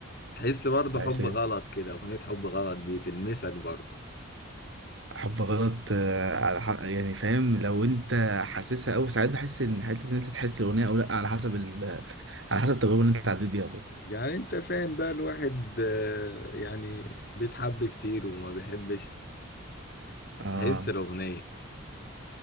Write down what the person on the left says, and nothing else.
تحس برضه
حب غلط كده اغنية حب غلط دي تلمسك برضه
يعني انت فاهم بقى الواحد آه، يعني بيتحب كتير وما بيحبش
تحس الاغنيه